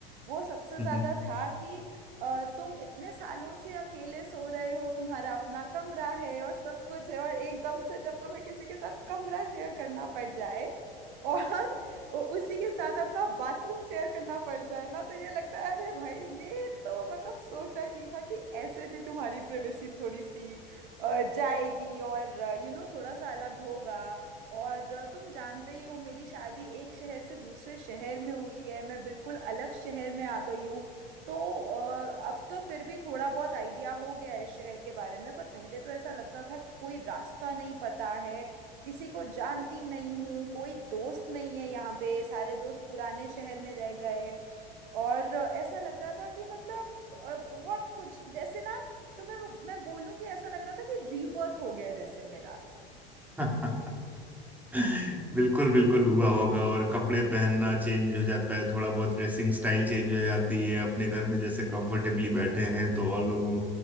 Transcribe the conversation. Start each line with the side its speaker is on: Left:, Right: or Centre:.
Right: वो सबसे ज़्यादा
Centre: हम्म
Right: था कि अ, तुम इतने सालों से अकेले सो रहे हो तुम्हारा अपना कमरा है और सब कुछ है और एकदम से जब तुम्हें किसी के साथ कमरा शेयर करना पड़ जाए और और उसी के साथ अपना बाथरूम शेयर करना पड़ जाए ना तो ये लगता है अरे भाई ये तो मतलब सोचा ही नहीं था कि ऐसे भी तुम्हारी प्राइवेसी थोड़ी सी अ, जाएगी और यू नो थोड़ा सा अलग होगा और अ, तुम जानते ही हो मेरी शादी एक शहर से दूसरे शहर में हुई है मैं बिल्कुल अलग शहर में आ गई हूँ तो अ, अब तो फिर भी थोड़ा बहुत आइडिया हो गया है इस शहर के बारे में पर पहले तो ऐसा लगता था कि कोई रास्ता नहीं पता है किसी को जानती नहीं हूँ कोई दोस्त नहीं है यहाँ पे सारे दोस्त पुराने शहर में रह गए और ऐसा लग रहा था कि मतलब अ, बहुत कुछ जैसे ना तो मैं मैं बोलूँ कि ऐसा लग रहा था कि रीबर्थ हो गया जैसे मेरा
Centre: हम्म। <laughs> बिल्कुल बिल्कुल हुआ होगा और कपड़े पहनना चेंज हो जाता है थोड़ा बहुत ड्रेसिंग स्टाइल चेंज हो जाती है अपने घर में जैसे कंफर्टेबली बैठे हैं तो और लोगों